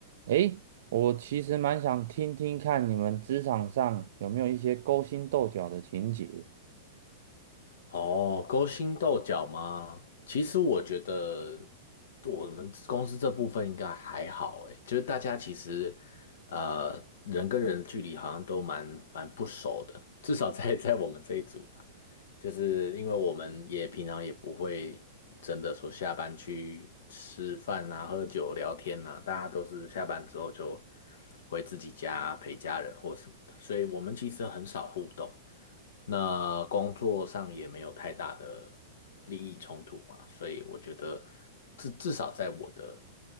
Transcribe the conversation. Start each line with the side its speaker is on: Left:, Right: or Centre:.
Right: 诶，我其实蛮想听听看你们职场上有没有一些勾心斗角的情节
Left: 哦，勾心斗角吗？其实我觉得我们公司这部分应该还好，诶，就是大家其实呃人跟人的距离好像都蛮蛮不熟的，至少在在我们这一组就是因为我们也平常也不会真的说下班去吃饭啊、喝酒、聊天啊，大家都是下班之后就回自己家陪家人或什么的，所以我们其实很少互动。那工作上也没有太大的利益冲突嘛，所以我觉得至至少在我的